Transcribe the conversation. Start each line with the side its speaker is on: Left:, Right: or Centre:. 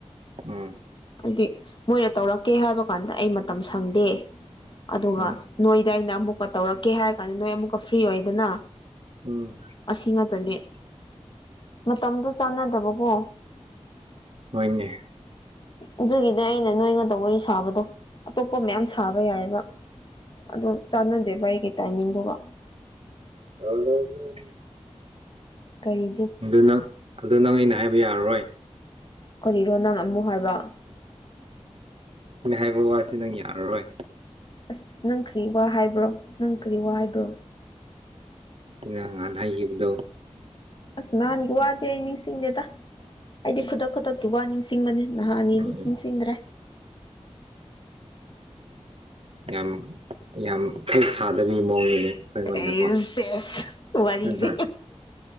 Right: ꯎꯝ
Left: ꯍꯥꯏꯗꯤ ꯃꯣꯏꯅ ꯇꯧꯔꯛꯀꯦ ꯍꯥꯏꯕ ꯀꯥꯟꯗ ꯑꯩ ꯃꯇꯝ ꯁꯪꯗꯦ ꯑꯗꯨꯒ
Right: ꯎꯝ
Left: ꯅꯣꯏꯗ ꯑꯩꯅ ꯑꯃꯨꯛꯀ ꯇꯧꯔꯛꯀꯦ ꯍꯥꯏꯔ ꯀꯥꯟꯗ ꯅꯣꯏ ꯑꯃꯨꯛꯀ ꯐ꯭ꯔꯤ ꯑꯣꯏꯗꯅ
Right: ꯎꯝ
Left: ꯑꯁꯤ ꯉꯥꯛꯇꯅꯦ ꯃꯇꯝꯗꯣ ꯆꯥꯟꯅꯗꯕꯀꯣ
Right: ꯍꯣꯢꯅꯦ
Left: ꯑꯗꯨꯒꯤꯅꯦ ꯑꯩꯅ ꯅꯣꯏ ꯉꯥꯛꯇ ꯋꯥꯔꯤ ꯁꯥꯕꯗꯣ ꯑꯇꯣꯞꯄ ꯃꯌꯥꯝ ꯁꯥꯕ ꯌꯥꯏꯑꯦꯕ ꯑꯗꯨꯝ ꯆꯥꯟꯅꯗꯦ ꯕꯥ ꯑꯩꯒꯤ ꯇꯥꯏꯃꯤꯡꯗꯨꯒ
Right: ꯑꯗꯨꯗꯤ <inaudible>
Left: ꯀꯔꯤ
Right: ꯑꯗꯨ ꯅꯪ ꯑꯗꯨ ꯅꯪ ꯑꯩꯅ ꯍꯥꯏꯕ ꯌꯥꯔꯔꯣꯏ
Left: ꯀꯔꯤꯅꯣ ꯅꯪꯅ ꯑꯃꯨꯛ ꯍꯥꯏꯕ
Right: ꯑꯩꯅ ꯍꯥꯏꯕ ꯋꯥꯁꯤ ꯅꯪ ꯌꯥꯔꯔꯣꯏ
Left: ꯑꯁ ꯅꯪ ꯀꯔꯤ ꯋꯥ ꯍꯥꯏꯕ꯭ꯔꯣ ꯅꯪ ꯀꯔꯤ ꯋꯥ ꯍꯥꯏꯕ꯭ꯔꯣ
Right: ꯑꯩꯅ ꯅꯍꯥꯜ ꯍꯥꯢꯈꯤꯕꯗꯣ
Left: ꯑꯁ ꯅꯍꯥꯟꯒꯤ ꯋꯥꯗꯦ ꯑꯩ ꯅꯤꯡꯁꯤꯡꯗꯦꯗ ꯑꯩꯗꯤ ꯈꯨꯗꯛ ꯈꯨꯗꯛ ꯋꯥ ꯅꯤꯡꯁꯤꯡꯕꯅꯤ ꯅꯍꯥ ꯑꯅꯤꯗꯤ
Right: ꯎꯝ
Left: ꯅꯤꯡꯁꯤꯡꯗ꯭ꯔꯦ
Right: ꯌꯥꯝ ꯌꯥꯝ ꯐꯦꯛ ꯁꯥꯗꯕꯤ ꯃꯑꯣꯡꯅꯤꯅꯦ ꯑꯩꯉꯣꯟꯗꯀꯣ
Left: ꯑꯦꯁ ꯁꯤꯁ ꯋꯥꯔꯤꯁꯦ
Right: ꯅꯠꯇ꯭ꯔꯥ